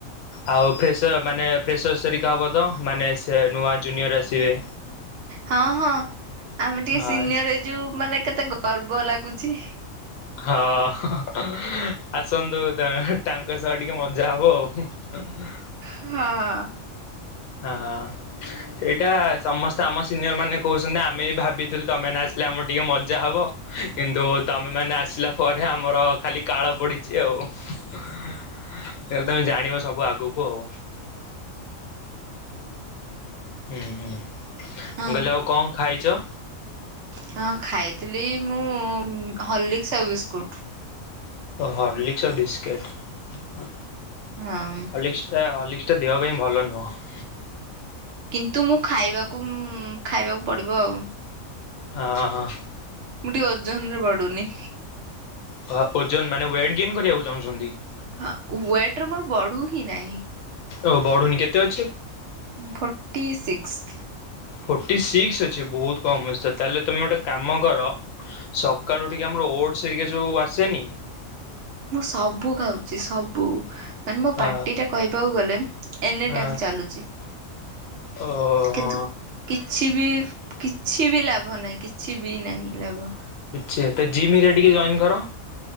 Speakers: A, on the left; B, on the right.
A: ଆଉ ଫ୍ରେସର ମାନେ ଫ୍ରେସର ହେରିକା ହବ ତ ମାନେ ସେ ନୂଆ ଜୁନିୟର ଆସିବେ।
B: ହଁ ହଁ ଆମେ ଟିକେ
A: ହଁ
B: ସିନିୟର ଯେ ମାନେ କେତେ ଗର୍ବ ଲାଗୁଛି।
A: ହଁ ଆସନ୍ତୁ ତାଙ୍କ ସହ ଟିକେ ମଜା ହବ ଆଉ। ହଁ।
B: ହଁ।
A: ହଁ। ଏଇଟା ସମସ୍ତେ ଆମ ସିନିୟର ମାନେ କହୁଛନ୍ତି ଆମେ ବି ଭାବିଥିଲୁ ତମେ ମାନେ ଆସିଲେ ଆମର ଟିକେ ମଜା ହବ। କିନ୍ତୁ ତମେ ମାନେ ଆସିଲା ପରେ ଆମର ଖାଲି କାଳ ପଡିଛି ଆଉ। ହେଲେ ତମେ ଜାଣିବ ସବୁ ଆଗକୁ ଆଉ। ହୁଁ ହୁଁ ମୁ
B: ହଁ
A: କହିଲି ଆଉ କଣ ଖାଇଛ?
B: ହଁ ଖାଇଥିଲି ମୁଁ ହର୍ଲିକ୍ସ ଆଉ ବିସ୍କୁଟ୍।
A: ହର୍ଲିକ୍ସ ବିସ୍କିଟ୍ ହଁ।
B: ହଁ।
A: ହର୍ଲିକ୍ସଟା ହଲିକ୍ସଟା ଦେହ ପାଇଁ ଭଲ ନୁହେଁ।
B: କିନ୍ତୁ ମୁଁ ଖାଇବାକୁ ଉଁ ଖାଇବାକୁ ପଡିବ ଆଉ।
A: ଅଁ ହଁ।
B: ମୁଁ ଟିକେ ଓଜନ ରେ ବଡୁନି।
A: ହଁ ଓଜନ ମାନେ ୱେଟ୍ ଗିନ୍ କରିବାକୁ ଚାହୁଁଛନ୍ତି?
B: ହଁ ୱେଟର ମୋର ବଢୁ ହିଁ ନାହିଁ।
A: ଓ ବଢୁନି କେତେ ଅଛି?
B: Forty six.
A: ଫୋର୍ଟି ସିକ୍ସ ଅଛି ବହୁତ କମ ଅଛି ତାହେଲେ ତମେ ଗୋଟେ କାମ କର ସକାଳୁ ଟିକେ ଆମର ଓଟସ ଏରିକା ଯୋଉ ଆସେନି
B: ମୁଁ ସବୁ ଖଉଛି ସବୁ। ମାନେ ମୋ ପାର୍ଟି
A: ଆ
B: ଟା କହିବାକୁ ଗଲେ ଏନି
A: ହଁ
B: ଟାଇମ ଚାଲୁଛି।
A: ଓହୋ
B: କିନ୍ତୁ। କିଛି ବି କିଛି ବି ଲାଭ ନାହିଁ କିଛି ବି ନାହିଁ ଲାଭ।
A: ଛ ତ ଜିମ ଏରିକା ଟିକେ ଜଏନ୍ କର।